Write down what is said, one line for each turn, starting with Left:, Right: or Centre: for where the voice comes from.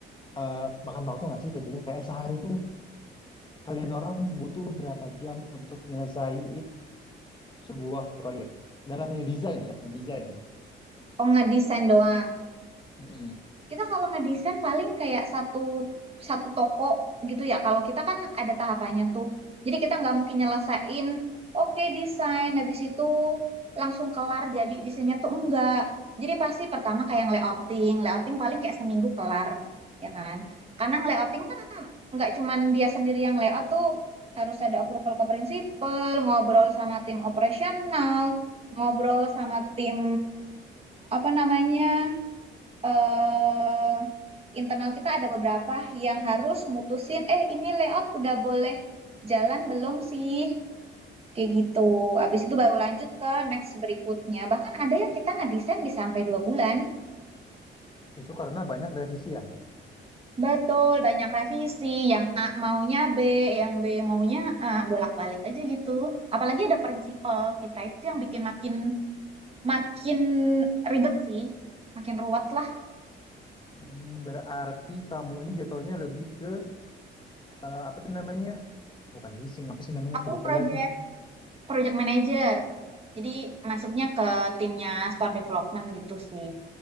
Left: eh, makan waktu nggak sih kerjanya? Kayak sehari tuh kalian orang butuh berapa jam untuk nyelesain sebuah proyek dalam ngedesain ya, ngedesain ya.
Right: Oh, ngedesain doang.
Left: Mm-mm.
Right: kita kalau ngedesain paling kayak satu satu toko gitu ya. Kalau kita kan ada tahapannya tuh. Jadi kita nggak mungkin nyelesain, oke desain, habis itu langsung kelar jadi desainnya tuh enggak. Jadi pasti pertama kayak layouting, layouting paling kayak seminggu kelar, ya kan? Karena layouting kan nggak cuman dia sendiri yang layout tuh, harus ada approval ke prinsipal, ngobrol sama tim operasional, ngobrol sama tim apa namanya? eh internal kita ada beberapa yang harus mutusin, eh ini layout udah boleh jalan belum sih? Kayak gitu. Habis itu baru lanjut ke next berikutnya. Bahkan ada yang kita ngedesain bisa sampai dua bulan.
Left: Itu karena banyak revisian.
Right: Betul, banyak revisi. Yang A maunya B, yang B maunya A, bolak-balik aja gitu. Apalagi ada prinsipal kita itu yang bikin makin makin ribet sih, makin ruwet lah.
Left: Hmm, Berarti kamu ini jatuhnya lebih ke eh, apa tuh namanya? Bukan leasing, apa sih namanya?
Right: Aku
Left: Aku lupa
Right: proyek
Left: lagi.
Right: project manager. Jadi masuknya ke timnya store development gitu sih,